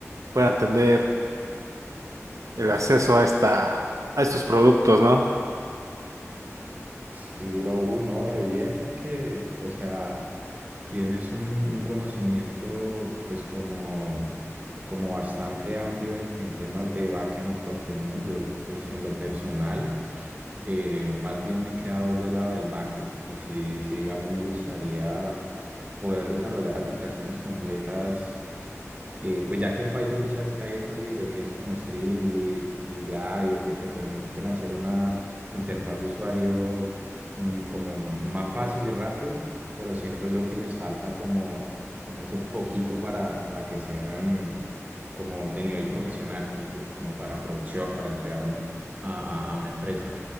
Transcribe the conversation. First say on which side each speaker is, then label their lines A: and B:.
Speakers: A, on the right; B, on the right.
A: puedan tener el acceso a esta, a estos productos, ¿no?
B: Sí, bro, uy, no, re bien, porque, o sea, tienes un, un conocimiento, pues, como, como bastante amplio en, en temas de backend y frontend, ¿no? Yo, pues, en lo personal, eh, más bien me he quedado del lado del backend, y si, si, digamos, me gustaría poder desarrollar aplicaciones completas eh, pues ya que en Python tú sabes que hay estas librerías como Streamlit y Gradio que te permiten hacer una interfaz de usuario mm, como más fácil y rápido, pero siento yo que les falta como, como ese poquito para, para que sean como de nivel profesional, ¿sí? Sí, como para producción, para entregar a, un- a- a- a una empresa.